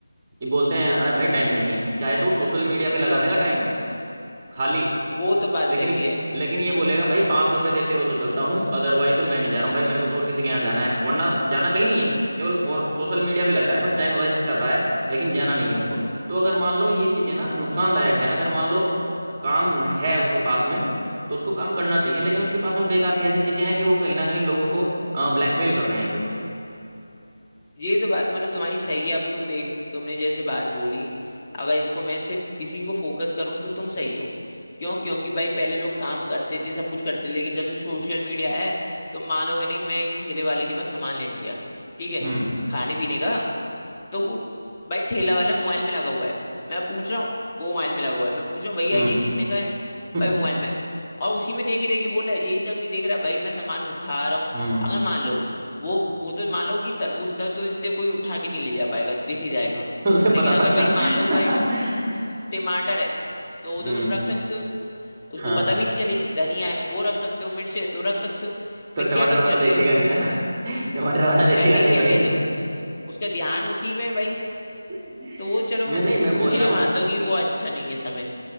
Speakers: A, on the right; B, on the left.
A: ये बोलते हैं अरे भाई टाइम नहीं है चाहे तो सोशल मीडिया पे लगा देगा टाइम खाली
B: वो तो बात
A: लेकिन
B: सही है
A: लेकिन ये बोलेगा भाई पांच सौ रुपये देते हो तो चलता हूँ अदरवाइज तो मैं नहीं जा रहा हूँ भाई मेरे को तो और किसी के यहाँ जाना है वरना जाना कहीं नहीं है केवल फोन सोशल मीडिया पे लग रहा है बस टाइम वेस्ट कर रहा है लेकिन जाना नहीं है उसको तो अगर मान लो ये चीजें ना नुकसानदायक हैं अगर मान लो काम है उसके पास में तो उसको काम करना चाहिए लेकिन उसके पास में बेकार की ऐसी चीजें हैं कि वो कहीं ना कहीं लोगों को ब्लैकमेल कर रहे हैं फिर
B: ये तो बात मतलब तुम्हारी सही है अब तुम देख तुमने जैसे बात बोली अगर इसको मैं सिर्फ इसी को फोकस करूं तो तुम सही हो क्यों क्योंकि भाई पहले लोग काम करते थे सब कुछ करते थे लेकिन जब से सोशल मीडिया है तुम मानोगे नहीं मैं एक ठेले वाले के पास सामान लेने गया ठीक है
A: हम्म
B: खाने पीने का तो वो भाई ठेला वाला मोबाइल में लगा हुआ है मैं पूछ रहा हूँ वो मोबाइल में लगा हुआ है मैं पूछ रहा हूँ भैया
A: हम्म
B: ये कितने का है
A: हम्म
B: भाई मोबाइल में और उसी में देखे देखे बोला है यही तक नहीं देख रहा भाई मैं सामान उठा रहा हूँ
A: हम्म,
B: अगर मान लो वो वो तो मान लो कि तरबूज था तो इसलिए कोई उठा के नहीं ले जा पाएगा दिखे जाएगा
A: <laughs> उसे
B: लेकिन
A: पता
B: अगर
A: था
B: वही मान लो भाई
A: <laughs>
B: टमाटर है तो वो तो
A: हम्म
B: तुम रख सकते हो उसको
A: हाँ
B: पता भी नहीं चलेगी धनिया है वो रख सकते हो मिर्च है तो रख सकते हो भाई
A: तो टमाटर
B: क्या पता
A: वाला
B: चल
A: देखेगा
B: रही है उसको
A: नहीं ना <laughs> टमाटर वाला देखेगा
B: भाई देखिए
A: नहीं भाई
B: कैसे उसका ध्यान उसी में है भाई
A: <laughs>
B: तो वो चलो
A: मैं
B: मैं
A: नहीं
B: तो उ,
A: मैं बोल
B: उसके
A: रहा
B: लिए
A: हूँ
B: मानता हूँ कि वो अच्छा नहीं है समय